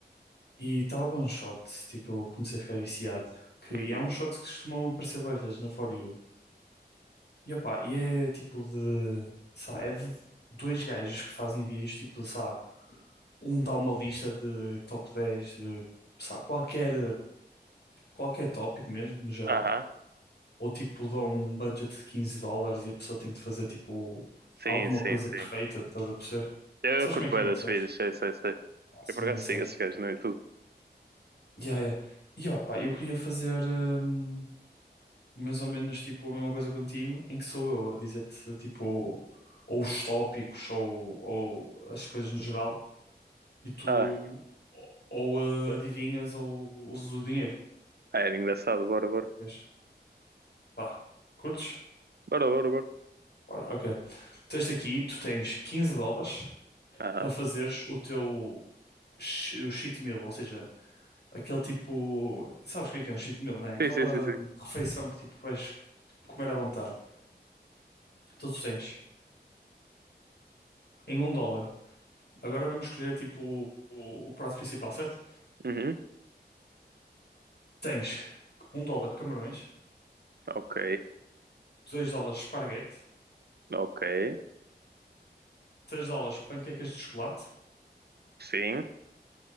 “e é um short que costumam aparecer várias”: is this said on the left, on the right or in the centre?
Left